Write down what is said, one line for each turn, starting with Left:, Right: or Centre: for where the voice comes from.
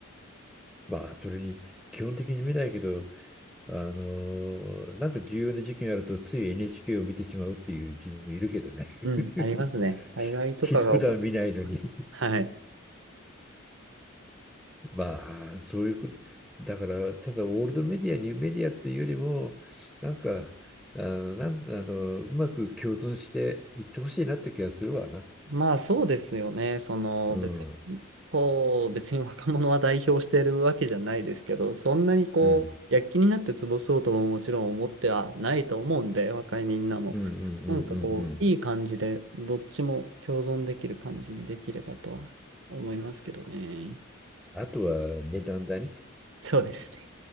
Centre: まあ、それに基本的に見ないけど、あのーなんか重要な事件あるとつい NHK を見てしまうっていう自分もいるけどね。<laughs>
Right: うん、ありますね。災害とかが起こる。
Centre: ひ普段見ないのに。
Right: はい。
Centre: <laughs> まあ、そういうこと。だから、ただオールドメディア、ニューメディアっていうよりも、なんか、あの、なん、あの、うまく共存していってほしいなって気がするわな。
Right: まあそうですよね。その別に、
Centre: うん。
Right: こう、別に若者は代表しているわけじゃないですけど、そんなにこう、
Centre: うん
Right: 躍起になって潰そうとももちろん思ってはないと思うんで、若いみんなも。
Centre: うんうんうんうんうん。
Right: なんかこう、いい感じで、どっちも共存できる感じにできればとは思いますけどね。
Centre: あとは値段だね。
Right: そうですね。